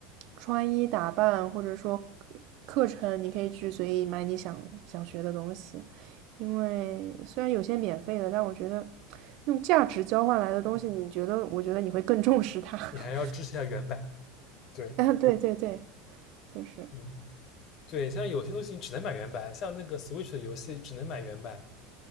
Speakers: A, on the right; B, on the left.
A: 穿衣打扮，或者说课程，你可以去随意买你想想学的东西。因为虽然有些免费的，但我觉得用价值交换来的东西，你觉得，我觉得你会更重视它。<laughs>
B: 你还要支持一下原版，对，
A: 啊，对对对，就是，
B: 嗯。对，像有些东西你只能买原版，像那个 Switch 的游戏只能买原版